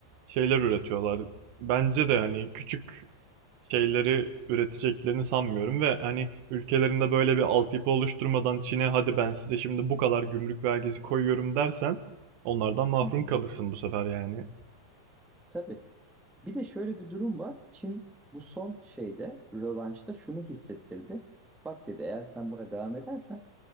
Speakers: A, on the right; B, in the centre.
A: şeyler üretiyorlar. Bence de hani küçük şeyleri üreteceklerini sanmıyorum ve hani ülkelerinde böyle bir altyapı oluşturmadan Çin'e hadi ben size şimdi bu
B: Hı
A: kadar
B: hı.
A: gümrük vergisi koyuyorum dersen onlardan mahrum
B: Hı hı.
A: kalırsın bu sefer yani.
B: Tabii. Bir de şöyle bir durum var. Çin bu son şeyde rövanşta şunu hissettirdi. Bak dedi eğer sen buna devam edersen